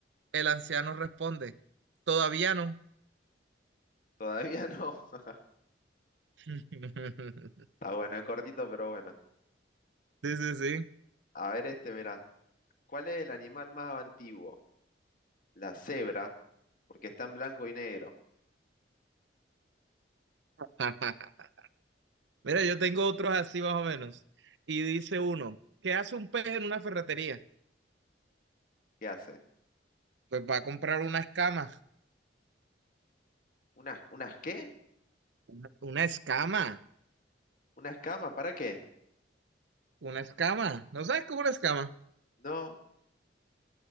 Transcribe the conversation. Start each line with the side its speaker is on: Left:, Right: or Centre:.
Right: El anciano responde, Todavía no.
Left: Todavía no. <laughs>
Right: <laughs>
Left: Está bueno, es cortito, pero bueno.
Right: Sí, sí, sí.
Left: A ver este, mirá. ¿Cuál es el animal más antiguo? La cebra, porque está en blanco y negro.
Right: <laughs> Mira, yo tengo otros así más o menos. Y dice uno, ¿qué hace un pez en una ferretería?
Left: ¿Qué hace?
Right: Pues va a comprar una escama.
Left: ¿Unas, unas qué?
Right: Una, una escama.
Left: ¿Unas camas? ¿Para qué?
Right: Una escama. ¿No sabes cómo una escama?
Left: No,